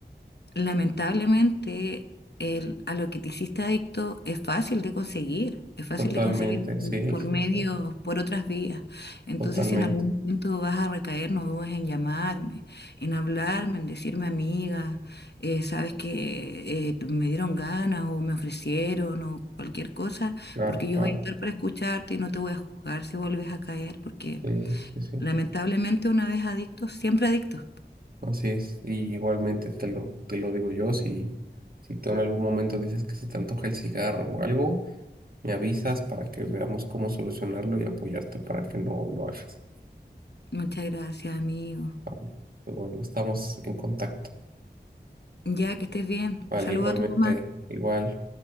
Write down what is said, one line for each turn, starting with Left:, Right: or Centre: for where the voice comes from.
Left: Lamentablemente, el, a lo que te hiciste adicto es fácil de conseguir, es fácil
Right: totalmente,
Left: de conseguir
Right: sí,
Left: por
Right: sí,
Left: medios,
Right: sí.
Left: por otras vías. Entonces,
Right: Totalmente,
Left: si en algún momento vas a recaer, no dudes en llamarme, en hablarme, en decirme, amiga, eh, sabes que eh, me dieron ganas o me ofrecieron o cualquier cosa,
Right: claro,
Left: porque yo
Right: claro,
Left: voy a estar para escucharte y no te voy a juzgar si vuelves a caer, porque
Right: sí, sí, sí,
Left: lamentablemente una vez adicto, siempre adicto.
Right: así es. Y igualmente te lo, te lo digo yo, si, si tú en algún momento dices que se te antoja el cigarro o algo, me avisas para que veamos cómo solucionarlo y apoyarte para que no lo hagas.
Left: Muchas gracias, amigo.
Right: Vale, pero bueno, estamos en contacto.
Left: Ya, que estés bien.
Right: Vale,
Left: Saluda
Right: igualmente,
Left: a tu mamá.
Right: igual.